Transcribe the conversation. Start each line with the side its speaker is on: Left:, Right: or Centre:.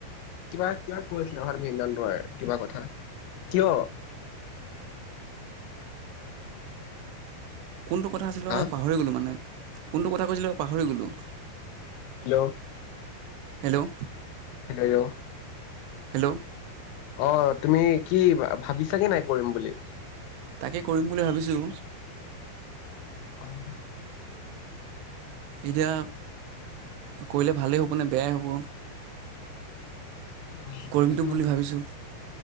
Left: কিবা কিবা কৈ আছিলে ঘৰত ভৰ কিবা কথা কিয়
Right: কোনটোথা আছিল বাু
Left: হা
Right: মই পাহৰি গলো মানে কোনটো কথা কৈছিলে পাহৰি গ'লোঁ,
Left: হেল্ল'
Right: হেল্ল'
Left: হেল্ল
Right: হেল্ল'
Left: অ তুমি কি ভাবিছাগে নাই কৰিম বুলি,
Right: তাকে কৰিম বুলি ভাবিছোঁ।
Left: হয়,
Right: এতিয়া কৰিলে ভালেই হ'বনে বেয়াই হ'ব
Left: অ
Right: কৰিমটো
Left: সেইটো
Right: বুলি ভাবিছোঁ।